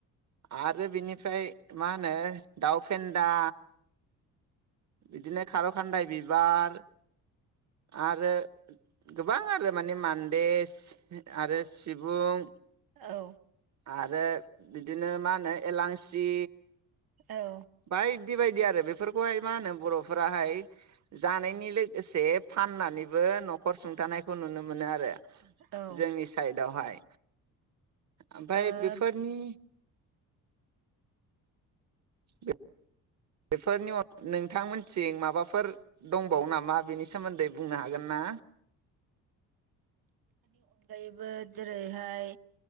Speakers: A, on the right; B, on the right.
A: आरो बिनि फ्राय मा होनो दाउ फेन्दा। बिदिनो खार' खान्दाय बिबार आरो गोबां आरो माने मान्देस आरो सिबुं।
B: औ
A: आरो। बिदिनो मा होनो एलांसि।
B: औ
A: बायदि बायदि आरो बे फोरखौहाय। मा होनो बर'फोराहाय जानायनि लोगोसे फाननानैबो न'खर सुंथानायखौ नुनो मोनो आरो।
B: ओ
A: जोंनि साइदावहाय। ओमफाय
B: औ
A: बेफोरनि <inaudible> बेफोरनि अन नोंथांमोन थिं माबाफोर दंबावो नामा बेनि सोमोन्दै बुंनो हागोन ना?
B: बिफोरनि अनगायैबो जेरैहाय